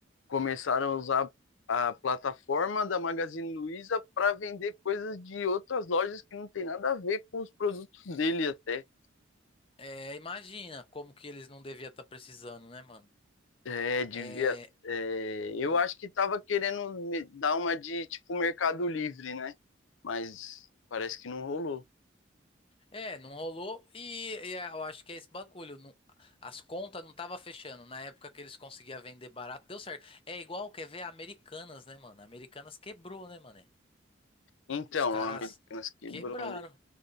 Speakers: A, on the left; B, on the left.
A: começaram a usar a plataforma da Magazine Luiza para vender coisas de outras lojas que não tem nada a ver com os produtos dele até.
B: É, imagina como que eles não deviam estar precisando, né, mano?
A: É, devia.
B: É.
A: é, eu
B: hum.
A: acho que tava querendo me- dar uma de tipo Mercado Livre, né? Mas parece que não rolou.
B: É, não rolou e, e é, eu acho que é esse bagulho. não- as contas não tava fechando. Na época que eles conseguiam vender barato, deu certo. É igual, quer ver, a Americanas, né, mano? A Americanas quebrou, né, mano?
A: Então,
B: Os caras
A: a Americanas quebrou,
B: quebraram.
A: né?